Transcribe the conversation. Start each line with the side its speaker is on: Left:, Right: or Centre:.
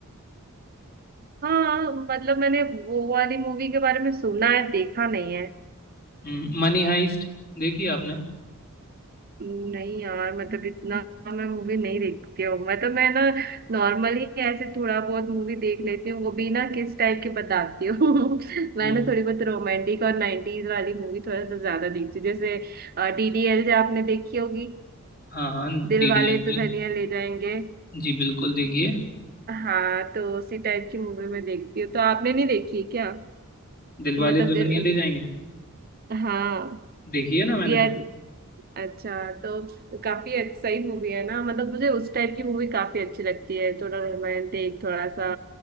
Right: हाँ मतलब मैंने वो वाली मूवी के बारे में सुना है देखा नहीं है
Left: हम्म, मनी हाइस्ट देखी आपने
Right: नहीं यार मतलब इतना मैं मूवी नहीं देखती हूँ मतलब मैं ना नॉर्मली ऐसे थोड़ा बहुत मूवी देख लेती हूँ वो भी ना किस टाइप की बताती हूँ <laughs> मैं
Left: हम्म
Right: ना थोड़ी बहुत रोमांटिक और नाइनटीज वाली मूवी थोड़ा सा ज्यादा देखती हूँ जैसे डीडीएल जो आपने देखी होगी
Left: हाँ हाँ
Right: दिल
Left: डीडी
Right: वाले
Left: आएंगे
Right: दुल्हनिया ले जाएंगे
Left: जी बिल्कुल देखिए
Right: हाँ तो उसी टाइप की मूवी मैं देखती हूँ तो आपने नहीं देखी है क्या
Left: दिलवाले
Right: मतलब
Left: दुल्हनिया
Right: ज-
Left: ले जाएंगे
Right: हाँ
Left: देखिए ना मैंने
Right: यार अच्छा तो काफी अच्छी सही मूवी है ना मतलब मुझे उस टाइप की मूवी काफी अच्छी लगती है थोड़ा रोमांटिक थोड़ा सा